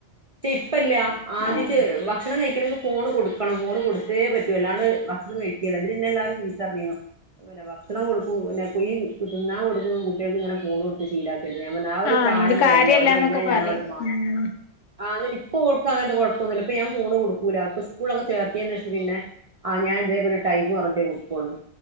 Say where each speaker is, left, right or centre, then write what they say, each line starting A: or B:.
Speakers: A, on the right (about 55°); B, on the left (about 85°).
A: ഇപ്പല്ല ആദ്യ
B: ആഹ്
A: ചെ ഭക്ഷണംകഴിക്കണെങ്ക ഫോണ്കൊട്ക്കണം ഫോണ്കൊടുത്തേപറ്റൂ അല്ലാണ്ട്ഭക്ഷണംകഴിക്ക്യേല്ല ന്നിട്ട്ന്നെഎല്ലാരും ചീത്തറ്ഞ്ഞീന്നു പിന്നെഭക്ഷണംകൊടുക്കും പിന്നെകുയ് കിട്ടുന്നകൊട്ക്കുന്ന കുട്ടിയാൾക്ക്ങ്ങനെ ഫോണൊട് ശീലക്കാര്ത് ഞാൻപറഞ്ഞു ആഒരു
B: ആഹ്
A: പ്രായംവരെല്ലെ
B: അയിനോട് കാര്യല്ലാന്നൊക്കെ
A: അഹ്കഴിഞ്ഞാഞാനങ്ങ്ട്ട്മാറ്റും
B: പറയും ഉം
A: ആന്നിട്ട്പ്പൊൾക്കങ്ങൻത്തെ കൊഴപ്പൊന്നുല്ല ഇപ്പഞാൻ ഫോണ്കൊടുക്കൂല ഇപ്പസ്കൂൾളൊക്കെ ചേർത്തിയെന്നെ ശേഷം പിന്നെ ആഹ് ഞാൻഇതേപോലെ ടൈം പറഞ്ഞ്ട്ടെകൊട്ക്കോള്ളൂ